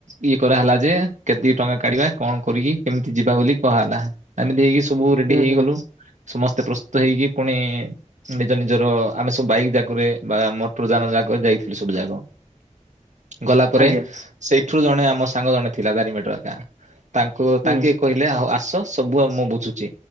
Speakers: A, on the right; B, on the right.
A: ଇ କରାହେଲା ଯେ କେତିକି ଟଙ୍କା କାଢିବା କଣ କରିକି କେମିତି ଯିବା ବୋଲି କୁହାହେଲା ଆମେ ଦେଇକି ସବୁ ରେଡି
B: ହୁଁ
A: ହେଇଗଲୁ
B: ହୁଁ
A: ସମସ୍ତେ ପ୍ରସ୍ତୁତ ହେଇକି ପୁଣି ନିଜ ନିଜର ଆମେ ସବୁ ବାଇକ୍ ଯାକରେ ବା ମଟର ଯାନ ଜାକ ଯାଇଥିଲୁ ସବୁ ଯାକ ଗଲା ପରେ
B: ଆଜ୍ଞା
A: ସେଇଠୁ ଜଣେ ଆମ ସାଙ୍ଗ ଜଣେ ଥିଲା ଦାରିଙ୍ଗ୍ ବାତି ର ଆଗା ତାଙ୍କୁ
B: ହୁଁ।
A: ତାଙ୍କେ କହିଲେ ଆଉ ଆସ ସବୁ ଆଉ ମୁଁ ବୁଝୁଛି